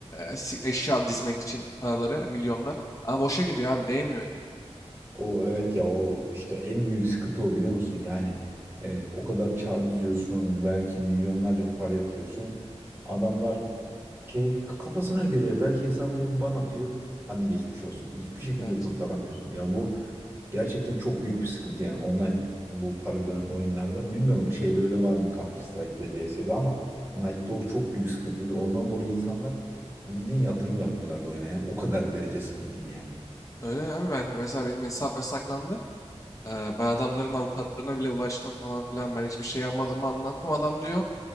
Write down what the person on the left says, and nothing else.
e, si- eşya dizmek için paraları, milyonlar. Ama boşa gidiyor abi, değmiyor yani.
Evet.
Öyle abi ben mesela benim hesap yasaklandı. Ee, ben adamların avukatlarına bile ulaştım falan filan. Ben hiçbir şey yapmadığımı anlattım. Adam diyor